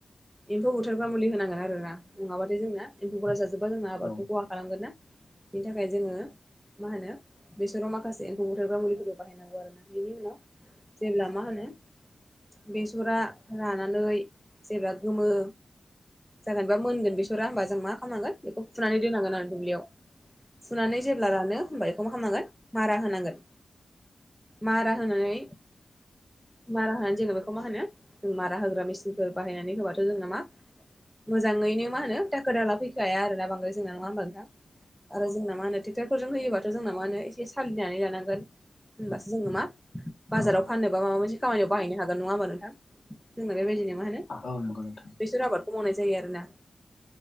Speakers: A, in the centre; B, on the left.
A: एम्फौ बुथारग्रा मुलि होनांगोन आरो ना नङाबाथाय जोंना एम्फौफोरा जाजोबा जोंना आबादखौ
B: औ
A: खहा खालामगोन ना। बिनि थाखाय जोङो मा होनो बेसराव माखासे एम्फौ बुथारग्रा मुलिफोरबो बाहायनांगौ आरो ना बेनि उनाव जेब्ला माहोनो बेसरा रानानै जेब्ला गोमो जागोन बा मोनगोन बेसरा होनोमबा जों मा खालामनांगोन बेखौ फुनानै दोननांगोन आरो दुब्लियाव। फुनानै जेब्ला रानो होमबा बेखौ मा खालामनांगोन मारा होनांगोन। मारा होनानै मारा होनानै जोङो बेखौ मा होनो जों मारा होग्रा मेसिनफोर बाहायनानै होबाथ' जोंना मा मोजाङैनो मा होनो दाखोर दाला फैखाया आरो ना बांद्राय जोंना नङा होमबा नोंथां। आरो जोंना मा होनो ट्रेक्ट'रफोरजों होयोबाथ' जोंना मा होनो एसे सालिनानै लानांगोन। होनबासो जोङो मा बाजाराव
B: औ
A: फाननोबा माबा मोनसे खामानियाव बाहायनो हागोन नङा होमबा नोंथां? जोंना बेबायदिनो मा होनो
B: औ औ नंगौ नोंथां
A: बेसर आबादखौ मावनाय जायो आरोना